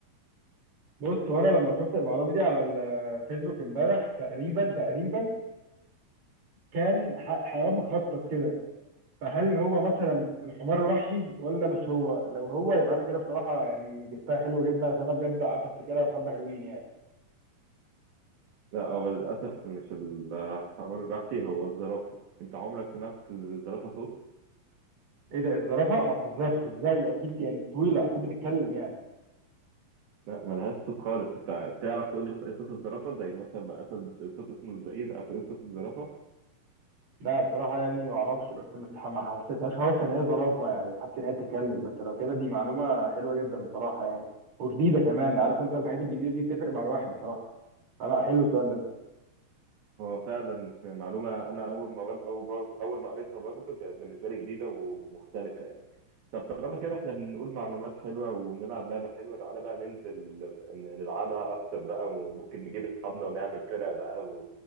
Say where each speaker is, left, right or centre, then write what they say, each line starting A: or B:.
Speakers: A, on the right; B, on the right.
A: بص وانا لما شفت المعلومة دي على الفيسبوك امبارح تقريبا تقريبا كان ح- حيوان مخطط كده فهل هو مثلا الحمار الوحشي ولا مش هو لو هو يبقى انا كده بصراحة يعني جبتها حلوة جدا عشان انا بجد قعدت افتكرها بحبة حلوين يعني
B: لا هو للأسف مش الحمار الوحشي هو الزرافة أنت عمرك سمعت الزرافة صوت؟
A: ايه ده اتضربها ما تهزرش ازاي اكيد يعني طويله اكيد بتتكلم يعني
B: لا ملهاش صوت خالص أنت تعرف تقول لي مثلا إيه صوت الزرافة زي مثلا ما الأسد صوت اسمه الزئير تعرف تقول صوت الزرافة
A: لا بصراحه يعني ما اعرفش بس مش ما حسيتهاش خالص ان هي زرافه يعني حاسس ان هي بتتكلم بس لو كده دي معلومه حلوه جدا بصراحه يعني وجديده كمان عارف انت الحاجات الجديده دي تفرق مع الواحد بصراحه فلا حلو السؤال ده
B: هو فعلا معلومة أنا أول ما بد... أول ما أول ما قريتها برضه كانت بالنسبة لي جديدة ومختلفة يعني طب طالما كده إحنا بنقول معلومات حلوة وبنلعب لعبة حلوة تعالى بقى ننزل ف- ن- نلعبها أكتر بقى وممكن نجيب أصحابنا ونعمل فرق بقى